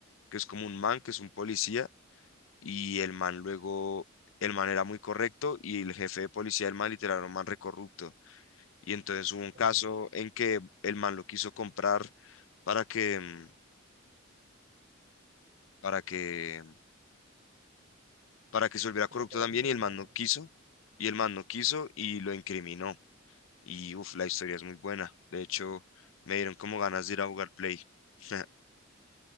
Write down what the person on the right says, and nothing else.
Ah,
como
que no
lo incriminaron.